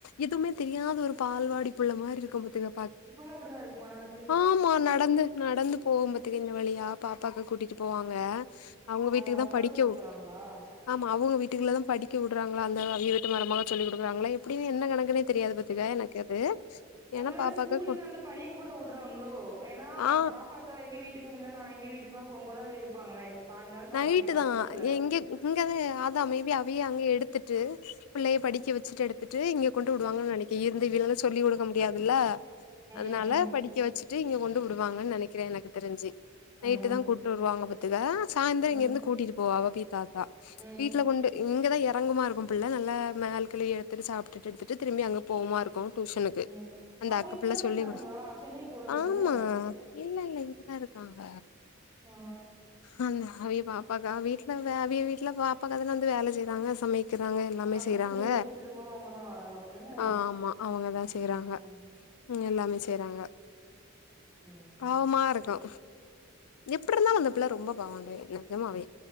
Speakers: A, on the left; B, on the right.
A: எதுவுமே தெரியாத ஒரு பால்வாடி புள்ள மாரி இருக்கு பாத்துங்க
B: இப்பவு அப்படி தா இருக்குமா ந அது
A: ஆமா நடந்து நடந்து போகு பாத்துக்கோ இந்த வழியா பாப்பாவ கூட்டிட்டு போவாங்க அவங்க வீட்டுக்கு
B: அவ அவங்கதா
A: தா படிக்கவு
B: கூட்டு போறாங்களா
A: ஆமா அவங்க வீட்டுக்குள்ள தா படிக்க விடுறாங்களா அந்த அவ வீட்டு மருமக சொல்லி குடுக்குறாங்களா எப்டின்னு என்ன கணக்குன்னே தெரியாது பாத்தக்க எனக்கு அது
B: ஒருவேள
A: ஏன்னா பாப்பாக்கு
B: ஸ்கூலுக்கு
A: கு
B: அந்த பைய கூட விடுறாங்களோ ஏன்னா
A: ஆ
B: பாப்பா அ எங்க வீட்டுக்கு முன்னா நா எங்க வீட்டுக்குல்லா போகும்போது அதுல இருப்பாங்க பாதி நாள் பாத்திருக்கே
A: நைட்டு
B: பஸ்
A: தா
B: ஸ்டாப்ல
A: எங்க இங்கதா அத மேபி அவயே அங்க எடுத்துட்டு ட்டு பிள்ளைய படிக்க வச்சட்டு எடுத்து த்துட்டு இங்க கொண்டு விடுவாங்கன்னு நெனைக்க இருந்து வ சொல்லி குடுக்க முடியாதுல்ல
B: ம்
A: அதனால
B: ம்
A: படிக்க வச்சுட்டு இங்க கொண்டு விடுவாங்கன்னு நெனைக்கிற எனக்கு தெரிஞ்சு நைட்டு
B: ம்
A: தா கூட்டு வருவாங்க பாத்துக்க சாயந்தர
B: ம்
A: இங்கருந்து கூட்டிட்டு போவ அவ பீத்தாக்கா
B: ம்
A: வீட்டுல கொண்டு இங்கதா எறங்குமா இருக்கு பிள்ள நல்லா மேல கீழயு எடுத்துட்டு சாப்ட்டுட்டு எடுத்துட்டு திரும்பி அங்கே போகுமா இருக்கு டியூஷனுக்கு
B: ம் அப்ப
A: அந்த
B: அவங்க
A: அக்க
B: இங்கதா
A: பிள்ள சொல்லி
B: இருக்காங்களா
A: கூட
B: சென்னைக்கு போல அப்டித்தான
A: ஆமா இல்ல இல்ல இங்கதா இருக்காங்க
B: ஆ
A: அ அவிய பாப்பாக்கா வீட்ல அவிய வீட்ல பாப்பாக்காதான வந்து வேல செய்யறாங்க சமைக்க இருக்கிறாங்க எல்லாமே
B: அப்படியா
A: செய்யறாங்க
B: இப்ப திரும்பவு அவங்கதா வராங்க அப்டிதான
A: ஆ ஆமா அவங்கதா செய்றாங்க
B: ம்
A: ம் எல்லாமே செய்றாங்க
B: சரிதா
A: பாவமா இருக்கு எப்டி இருந்தா அந்த பிள்ள ரொம்ப பாவண்ட நிஜமாவே